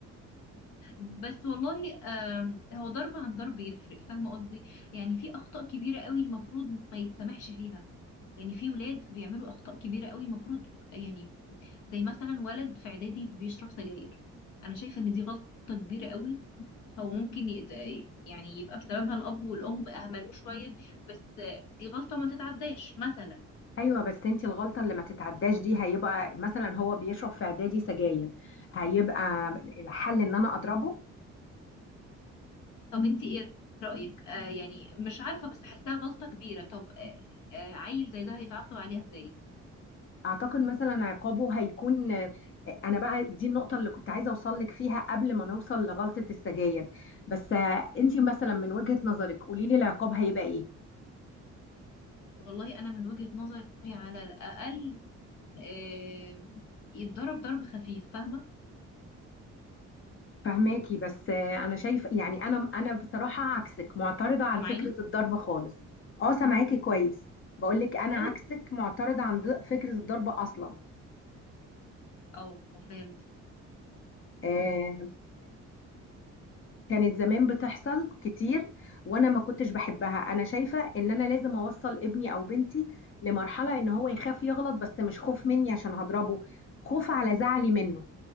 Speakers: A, on the left (about 80°); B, on the left (about 45°).
A: بس والله آم، هو ضرب عن ضرب يفرق فاهمه قصدي يعني في اخطاء كبيره قوي المفروض ما يتسامحش فيها يعني في ولاد بيعملوا اخطاء كبيره قوي المفروض يعني زي مثلا ولد في اعدادي بيشرب سجاير انا شايفه ان دي غلطه كبيره قوي هو ممكن يت... يعني يبقى بسببها الاب والام اهملوه شويه بس دي غلطه ما تتعداش مثلا
B: ايوه بس انت الغلطه اللي ما تتعداش دي هيبقى مثلا هو بيشرب في اعدادي سجاير هيبقى الحل ان انا اضربه
A: طب انت ايه رايك آه يعني مش عارفه بس حاساها غلطه كبيره طب آه آه عيل زي ده هيتعاقب عليها ازاي
B: اعتقد مثلا عقابه هيكون انا بقى دي النقطه اللي كنت عايزه اوصل لك فيها قبل ما نوصل لغلطه السجاير بس انت مثلا من وجهه نظرك قولي لي العقاب هيبقى ايه
A: والله انا من وجهة نظري على الاقل آه يتضرب ضرب خفيف فاهمه
B: فهماكي بس انا شايف يعني انا انا بصراحه عكسك معترضه عن
A: سامعاني
B: فكره الضرب خالص اه سامعاكي كويس بقول لك انا
A: خالص
B: عكسك معترضه عن ض- فكره الضرب اصلا
A: او فهمت
B: آه، كانت زمان بتحصل كتير وانا ما كنتش بحبها انا شايفة ان انا لازم اوصل ابني او بنتي لمرحلة ان هو يخاف يغلط بس مش خوف مني عشان هضربه خوف على زعلي منه